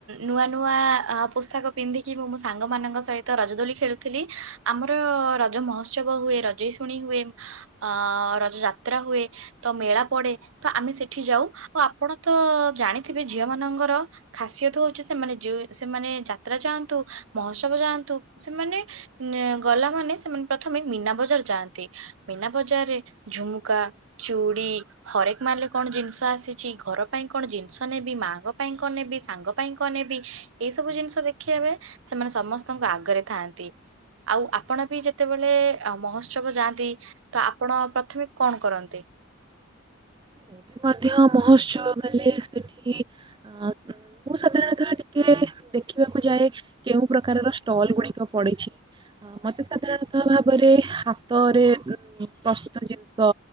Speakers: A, on the right; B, on the right.
A: ନୂଆ ନୂଆ ଅ ପୋଷାକ ପିନ୍ଧିକି ମୁ ମୋ ସାଙ୍ଗ ମାନଙ୍କ ସହିତ ରଜଦୋଳି ଖେଳୁଥିଲି, ଆମର ରଜ ମହୋତ୍ସବ ହୁଏ ରଜ ରଜ ଶୁଣି ହୁଏ ଅ ରଜ ଯାତ୍ରା ହୁଏ ତ ମେଳା ପଡେ। ତ ଆମେ ସେଠି ଯାଉ ଆଉ ଆପଣ ତ ଜାଣିଥିବେ ଝିଅ ମାନଙ୍କର ଖାସିୟତ ହଉଛି ସେମାନେ ଯଉ ସେମାନେ ଯାତ୍ରା ଯାଆନ୍ତୁ ମହୋତ୍ସବ ଯାଆନ୍ତୁ ସେମାନେ ଗଲା ମାନେ ସେମାନେ ପ୍ରଥମେ ମୀନା ବଜାର ଯାଆନ୍ତି। ମୀନା ବଜାରରେ ଝୁମୁକା, ଚୁଡ଼ି, ହରେକ ମାଲରେ କଣ ଜିନିଷ ଆସିଛି ଘର ପାଇଁ କଣ ଜିନିଷ ନେବି, ମାଆଙ୍କ ପାଇଁ କଣ ନେବି, ସାଙ୍ଗ ପାଇଁ କଣ ନେବି ଏଇ ସବୁ ଜିନିଷ ଦେଖିବାବେଳେ ସେମାନେ ସମସ୍ତଙ୍କ ଆଗରେ ଥାଆନ୍ତି। ଆଉ ଆପଣ ବି ଯେତେବେଳେ ମହୋତ୍ସବ ଯାଆନ୍ତି ତ ଆପଣ ପ୍ରଥମେ କଣ କରନ୍ତି?
B: ମୁଁ ବି ମଧ୍ୟ ମହୋତ୍ସବ ଗଲେ ସେଠି ଅଁ ମୁଁ ସାଧାରଣତଃ ଟିକେ ଦେଖିବାକୁ ଯାଏ କେଉଁ ପ୍ରକାରର ଷ୍ଟଲ ଗୁଡିକ ପଡିଛି। ଅ ମତେ ସାଧାରଣତଃ ଭାବରେ ହାତରେ ପ୍ରସ୍ତୁତ ଜିନିଷ